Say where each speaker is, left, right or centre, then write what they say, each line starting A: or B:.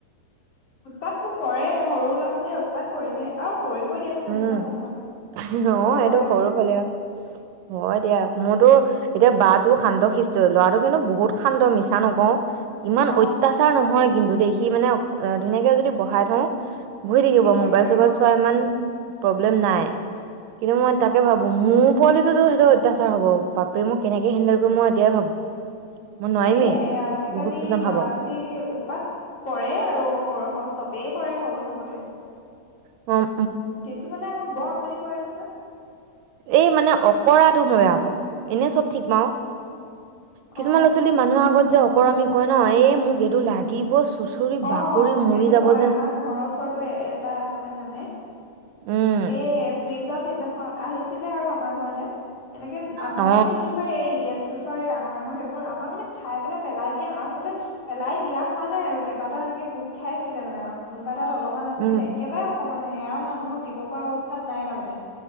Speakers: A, on the left; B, on the right.
A: উৎপাতবোৰ কৰে সৰু ল'ৰা-ছোৱালীয়ে উৎপাত কৰিলে আৰু কৰিবই দিয়াচোন
B: উম
A: এইটো এটা সময়ত
B: অ
A: সকলোৱে
B: সেইটো
A: কৰে
B: সৰু পোৱালি আৰু হয় দিয়া। মোৰতো এতিয়া বাটো শান্ত শিষ্ট লৰাটো কিন্তু বহুত শান্ত মিছা নকওঁ। ইমান
A: অ
B: অত্যাচাৰ নহয় কিন্তু দেখি মানে অ ধুনীয়াকে যদি বহাই থওঁ বহি থাকিব
A: থাকে
B: মোবাইল চবাইল
A: অ
B: চোৱা ইমান প্ৰব্লেম নাই। কিন্তু মই তাকে ভাবো মোৰ পোৱালিটোতো সেইটো অত্যাচাৰ হব বাপৰে মোক কেনেকে হেন্দেল কৰিম মই এতিয়াই ভাবো। মই নোৱাৰিমেই
A: এ আজিকালি
B: বহুত পিটন
A: ল'ৰা
B: খাব অ'
A: ছোৱালী উৎপাত কৰে আৰু <unintelligible> চবেই কৰে সৰু থাকোতে।
B: অ
A: কিছুমানে আকৌ বৰ আমনি কৰে নহয়।
B: এই মানে অকৰাটো মই বেয়া পাওঁ, এনে চব ঠিক পাওঁ।
A: অ
B: কিছুমান ল'ৰা ছোৱালী মানুহৰ আগত যে অকৰামী কয় ন এ মোক এইটো লাগিব চুচৰি
A: অ
B: বাগৰি মৰি
A: সেইটো
B: যাব
A: হয়
B: যেন
A: আমাৰ ঘৰৰ ওচৰতো এটা আছে মানে।
B: উম
A: এ ফ্ৰিজত সেইদিনাখন আহিছিলে আৰু আমাৰ ঘৰত। এনেকে আমাৰ
B: অ
A: মানে কি হয় এই ৰিয়েল জুচ ডাঙৰ ডাঙৰ সেইবোৰ আমাৰ মানে খাই পেলাই পেলাই দিয়া আচলতে পেলাই দিয়া হোৱা নাই আৰু কেইাটাও এনেকে গোট খাই আছিলে মানে আৰু কোনোবা এটা ত অলপমান আছিলে
B: উম
A: একেবাৰে অকণমান সেয়া আৰু মানুহক দিব পৰা অৱস্থাত নাই তাৰমানে।